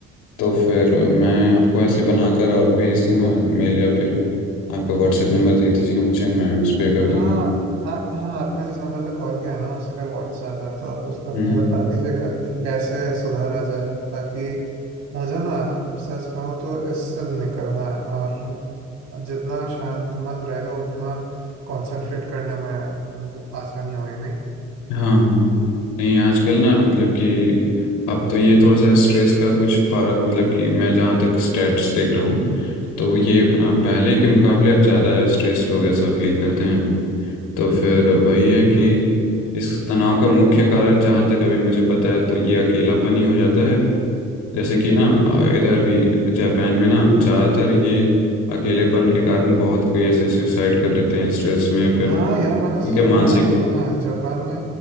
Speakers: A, on the left; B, on the right.
A: तो फिर मैं आपको
B: हाँ
A: ऐसे बनाकर और भेज दूंगा मेल या फिर आपका व्हाट्सएप नंबर दे दीजिएगा मुझे मैं उस पर कर
B: हाँ
A: दूंगा
B: आप हाँ आपने जिस नंबर पे कॉल किया ना उसी पे व्हाट्सएप है तो आप उस पर
A: हम्म
B: बता दीजिएगा कि कैसे सुधारा जाए ताकि मुझे ना सच कहूँ तो इससे निकलना है और जितना शांत मन रहेगा उतना कंसंट्रेट करने में हम्म, आसानी होगी नहीं
A: हाँ नहीं आजकल ना मतलब कि अब तो ये थोड़ा सा स्ट्रेस का कुछ पारा मतलब कि मैं जहाँ तक स्टेट्स देख रहा हूँ तो ये आ, पहले
B: जी
A: के मुकाबले अब ज़्यादा स्ट्रेस लोग ऐसा फील करते हैं तो फिर वही है
B: हम्म
A: कि इस तनाव का मुख्य कारण जहाँ तक अभी मुझे पता है तो ये अकेलापन ही हो जाता है जैसे कि ना
B: हम्म
A: आ,
B: हम्म।
A: इधर भी जापान में ना ज़्यादातर ये अकेलेपन के कारण बहुत कोई ऐसे सुसाइड कर लेते हैं स्ट्रेस में फिर
B: हाँ यार मैंने
A: उनके
B: सुना
A: मानसिक
B: है सुना है जापान में